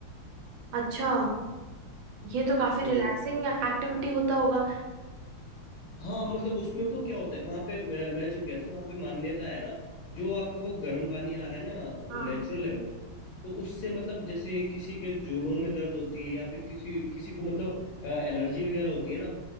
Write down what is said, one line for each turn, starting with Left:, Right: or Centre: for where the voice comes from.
Right: अच्छा ये तो काफी
Left: हम्म।
Right: रिलैक्सिंग एक्टिविटी होता होगा
Left: हाँ मतलब उसमें बताऊँ क्या होता है वहां पे मैं, मैं जब गया था वहां पे मान्यता है ना जो आपका वो गर्म पानी आ रहा है ना
Right: हाँ
Left: नेचुरल है वो तो उससे मतलब जैसे किसी के जोड़ों में दर्द होती है या फिर किसी किसी को मतलब एलर्जी वगैरह होती है ना